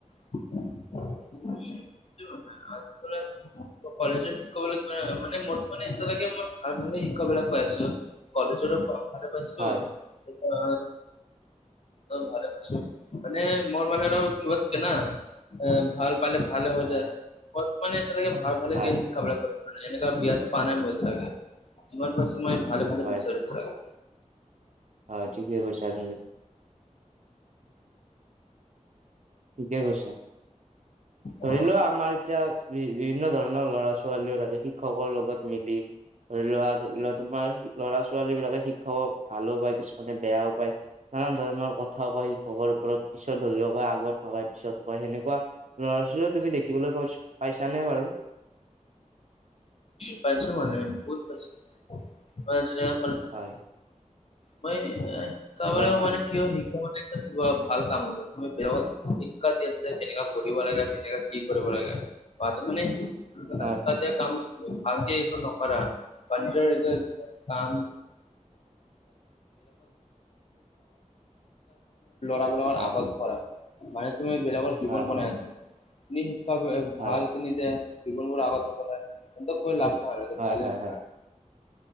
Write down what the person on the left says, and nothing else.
<inaudible> <unintelligible> কলেজত শিক্ষক হ'লে মানে মত মানে এতিয়ালকে মই ভাল ভালে শিক্ষকবিলাক পাই আছোঁ। কলেজৰো ভা ভালে পাইছোঁ।
এতিয়া ভালে পাইছো। মানে মোৰ মানে আৰু কিবা থাকে না এ ভাল পালে ভালে হৈ
যায়। মোৰ মানে এতিয়ালৈকে ভাল ভালে
গে শিক্ষকবিলাক। এনেকুৱা বেয়াটো পোৱা নাই মই এতিয়া লৈকে। যিমান পাইছোঁ মই ভালে ভালে
পাইছোঁ
আৰু এতিয়া লৈকে।
অ'
পাইছোঁ মানে বহুত পাইছোঁ। <unintelligible>
মই শিকাবলে
মানে কিয় শিক্ষকহঁতেটো কিবা ভাল কামৰ বোলে। তুমি বেয়া শিক্ষা দি আছে কেনেকা কৰিব লাগাখিনি আৰু কি কৰিব লাগে বাত মানে <unintelligible>
কাম ভালকে একো নকৰা বা নিজৰ নিজৰ কাম <unintelligible>
আগত কৰা। মানে তুমি বেলেগৰ জীৱন
বনাই আছে। তুমি শিক্ষা
ভাল নিদিয়ে। জীৱনবোৰ আগতে বনাই, সিহঁতক কৈ লাভ নাই।
ভালে
নাপাই।